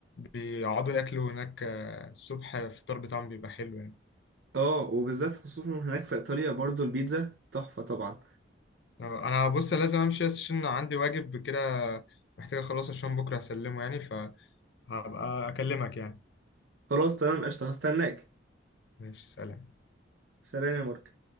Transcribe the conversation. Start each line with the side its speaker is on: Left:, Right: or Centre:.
Left: بيقعدوا ياكلوا هناك آه، الصبح الفطار بتاعهم بيبقى حلو يعني
Right: اه وبالذات خصوصا هناك في ايطاليا برضو البيتزا تحفه طبعا
Left: آه، انا بص لازم امشي بس عشان عندي واجب كده محتاج اخلصه عشان بكره هسلمه يعني فهبقى اكلمك يعني
Right: خلاص تمام قشطه هستناك
Left: ماشي سلام
Right: سلام يا مارك